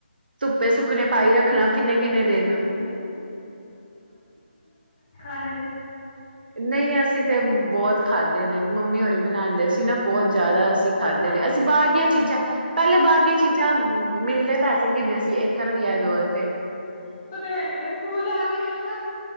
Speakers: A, on the right; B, on the left.
A: ਧੁੱਪੇ ਸੁੱਕਣੇ ਪਾਈ ਰੱਖਣਾ ਕਿੰਨੇ ਕਿੰਨੇ ਦਿਨ।
B: ਪਤਾ ਅਰੇ।
A: ਨਹੀਂ ਅਸੀਂ ਤੇ ਬੌਤ ਖਾਧੇ ਨੇ ਮੰਮੀ ਹੋਰੀ ਬਣਾਂਦੇ ਸੀ। ਸੀ ਨਾ ਬੌਤ
B: ਨਹੀਂ
A: ਜੈਦਾ ਅਸੀਂ ਖਾਦੇ
B: ਸਾਡੀ
A: ਨੇ ਅਸੀਂ ਬਾਰ ਦੀਆਂ ਚੀਜ਼ਾਂ ਪੈਲੇ ਬਾਰ ਦੀਆਂ ਚੀਜ਼ਾਂ ਮਿਲਦੇ ਪੈਸੇ ਕਿੰਨੇ ਸੀ। ਇੱਕ ਰੁਪਇਆ ਦੋ ਰੁਪਏ
B: ਔ ਤੇ ਹੈ ਈ ਐ ਸਕੂਲ ਜਾਣ ਲੱਗੇ ਮਸਾ